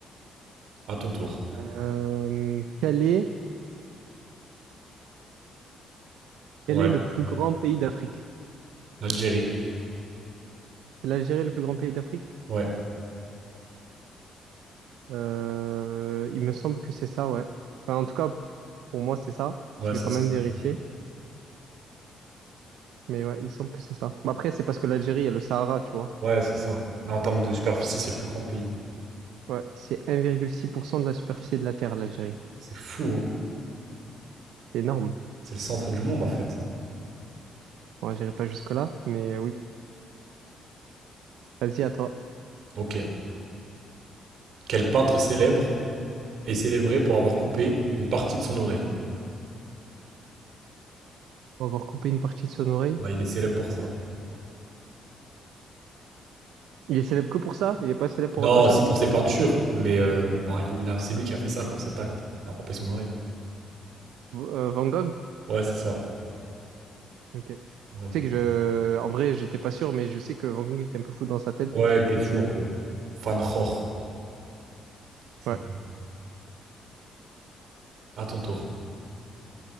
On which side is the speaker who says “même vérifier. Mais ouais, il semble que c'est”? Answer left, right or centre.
Right